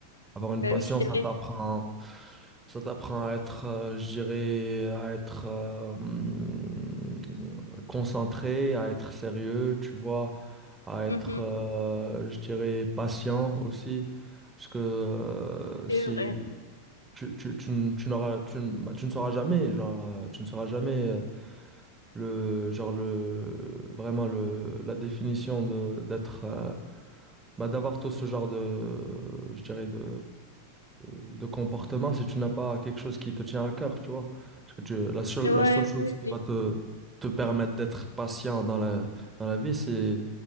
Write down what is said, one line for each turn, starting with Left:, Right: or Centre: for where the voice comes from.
Right: Avoir une
Left: bah
Right: passion,
Left: oui, c'est
Right: ça
Left: vrai.
Right: t'apprend, ça t'apprend à être, euh, je dirais, à être euh, hum, concentré, à être sérieux, tu vois, à être,
Left: Mhm.
Right: euh, je dirais, patient aussi. Parce que euh, si
Left: C'est vrai.
Right: tu, tu, tu, n- tu n'auras, tu, n- bah, tu ne sauras jamais, genre, euh, tu ne sauras jamais euh, le, genre, le, vraiment le, la définition de, d'être. euh, bah, d'avoir tout ce genre de, je dirais, de, de comportement si tu n'as pas quelque chose qui te tient à cœur, tu vois. Parce que tu, la seule,
Left: Ouais,
Right: la seule chose
Left: oui.
Right: qui
Left: oui.
Right: va te, te permettre d'être patient dans la, dans la vie, c'est,